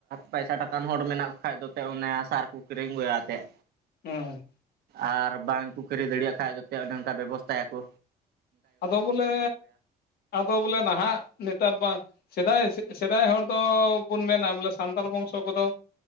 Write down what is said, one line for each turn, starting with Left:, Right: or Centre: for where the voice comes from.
Right: ᱯᱟᱭᱥᱟ ᱴᱟᱠᱟᱠᱟᱱ ᱦᱚᱲ ᱢᱮᱱᱟᱜ ᱠᱚᱣᱟ ᱵᱟᱠᱷᱟᱡ ᱫᱚ ᱛᱮᱜ ᱚᱱᱮ ᱥᱟᱨ ᱠᱚ ᱠᱤᱨᱤᱧ ᱟᱹᱜᱩᱭᱟ ᱟᱛᱮᱫ
Left: ᱦᱩᱸ
Right: ᱟᱨ ᱵᱟᱝᱠᱚ ᱠᱤᱨᱤᱧ ᱫᱟᱲᱤᱭᱟᱜ ᱠᱷᱟᱡ ᱡᱟᱛᱮ ᱚᱱᱮ ᱚᱱᱠᱟ ᱵᱮᱵᱚᱥᱛᱟᱭᱟ ᱠᱚ
Left: ᱟᱫᱚ ᱵᱚᱞᱮ ᱟᱫᱚ ᱵᱚᱞᱮ ᱱᱟᱦᱟᱜ ᱱᱮᱛᱟᱨ ᱵᱟᱝ ᱥᱮᱫᱟᱭ <inaudible> ᱥᱮᱫᱟᱭ ᱦᱚᱲ ᱫᱚ ᱵᱚᱱ ᱢᱮᱱᱟ ᱵᱚᱞᱮ ᱥᱟᱱᱛᱟᱲ ᱵᱚᱝᱥᱚ ᱠᱚᱫᱚ